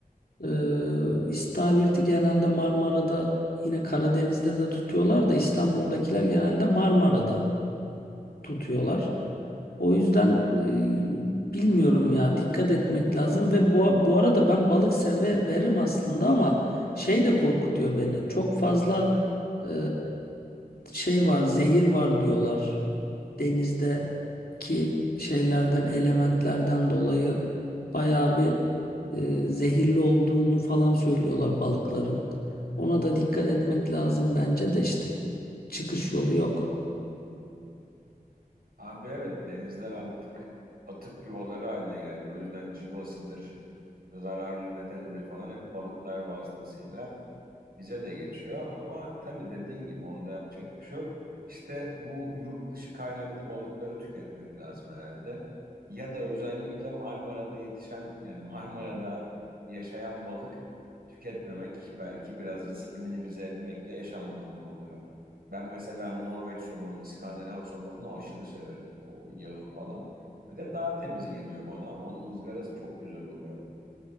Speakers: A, on the left; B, on the right.
A: Ee, istavirti genelde Marmara'da yine Karadeniz'de de tutuyorlar da İstanbul'dakiler genelde Marmara'da tutuyorlar. O yüzden e, bilmiyorum ya dikkat etmek lazım ve bu, bu arada ben balık severim aslında ama şey de korkutuyor beni. Çok fazla e, şey var, zehir var diyorlar. Denizdeki şeylerden, elementlerden dolayı bayağı bir e, zehirli olduğunu falan söylüyorlar balıkların. Ona da dikkat etmek lazım bence de işte çıkış yolu yok.
B: Abi evet denizler artık atık yuvaları haline geldi. O yüzden cıvasıdır, zararlı metalidir falan hep balıklar vasıtasıyla bize de geçiyor ama tabii dediğin gibi onda yapacak bir şey yok. İşte bu yurt dışı kaynaklı balıkları tüketmek lazım herhalde. Ya da özellikle Marmara'da yetişen yani Marmara'da yaşayan balık tüketmemek belki biraz riski minimize etmekle eş anlamlı oluyor. Ben mesela Norveç somonu, İskandinav somonunu aşırı severim. O yağı falan. Bir de daha temiz geliyor bana. Onun ızgarası çok güzel oluyor.